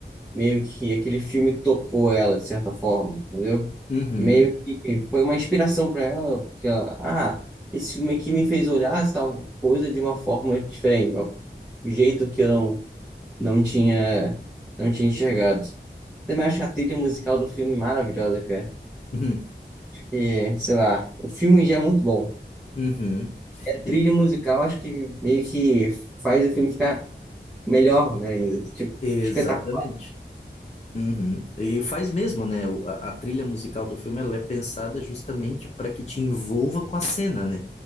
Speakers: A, in the centre; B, on the left.
A: meio que aquele filme tocou ela, de certa forma, entendeu?
B: uhum,
A: Meio que foi uma inspiração para ela, porque ela, ah, esse filme aqui me fez olhar essa tal coisa de uma forma diferente, um jeito que eu não, não tinha, não tinha enxergado. Também acho a trilha musical do filme maravilhosa, cara.
B: uhum,
A: E, sei lá, o filme já é muito bom.
B: uhum.
A: E a trilha
B: E,
A: musical acho que meio que faz o filme ficar melhor ainda, tipo,
B: exatamente.
A: espetacular.
B: Uhum. E faz mesmo, né? O- A, a trilha musical do filme ela é pensada justamente para que te envolva com a cena, né?